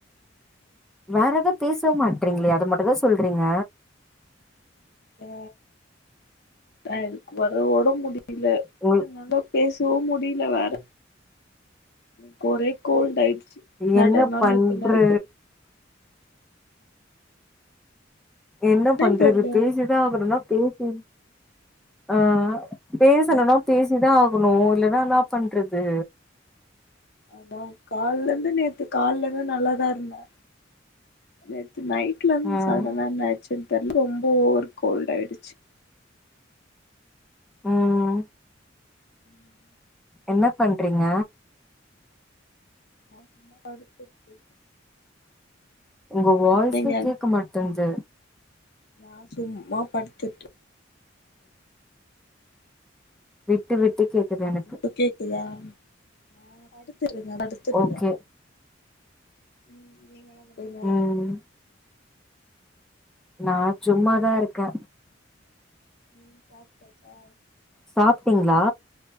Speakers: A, in the centre; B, on the left.
A: வேற எதும் பேஸ்வே மாட்டறீங்ளே அத மட்டு தா சொல்றீங்க
B: ஆ எனக்கு வேற ஒடம் முடியில
A: உங்களுக்
B: என்னால பேசவு முடியில வேற எனக்கு ஒரே கோல்ட் ஆயிடுச்சு சடனா
A: என்ன பண்ற
B: நேத்து நைட்டு
A: என்ன
B: என்னன்னு
A: பண்றது
B: தெர்ல
A: பேசிதா ஆகுனோனா பேசு ஆ பேசணுனா பேசிதா ஆகணு இல்லன்னா இன்னா பண்றது
B: அதா கால்லந்து நேத்து கால்ல த நல்லாதா இருந்த நேத்து நைட்ல இருந்து
A: ம்
B: சடனா என்ன ஆச்சுன் தெர்ல ரொம்ப ஒரு கோல்ட் ஆயிடுச்சு
A: ம்
B: ம்
A: என்ன பண்றீங்க
B: நா சும்மா படுத்துட்ருக்க
A: உங்க வாய்ஸே
B: நீங்க
A: கேக்க மாட்டங்து
B: நா சும்மா படுத்துட்டு
A: விட்டு விட்டு கேக்குது என
B: இப்ப கேக்குதா ஆ படுத்திருங்க படுத்துருக்க
A: ஓகே
B: ம் நீங்க என்னா பண்றீங்க
A: ம் நா சும்மதா இருக்க
B: ம் சாப்ட்டாச்சா
A: சாப்ட்டீங்ளா